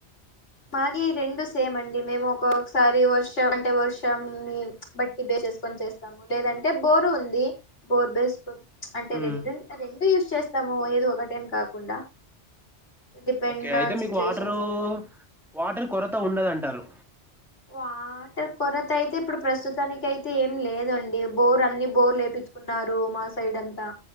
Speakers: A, on the left; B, in the centre.
A: మాగి రెండు సేమ్ అండి మేము ఒకొసారి వర్షం అంటే వర్షంని బట్టి బేస్ చేసుకొని చేస్తాము లేదంటే బోరు ఉంది బోర్ బేసుకు అంటే
B: మ్మ్.
A: రెండు రెండు యూస్ చేస్తాము ఏదో ఒకటేని కాకుండా డిపెండ్
B: ఓకే అయితే
A: ఆన్
B: మీకు
A: సిచ్యువేషన్స్
B: వాటరు
A: అండి
B: వాటర్ కొరత ఉండదంటారు
A: వాటర్ కొరతైతే ఇప్పుడు ప్రస్తుతానికైతే ఏం లేదండి బోర్ అన్ని బోర్ల్ లేపించుకు ఉన్నారు మా సైడంతా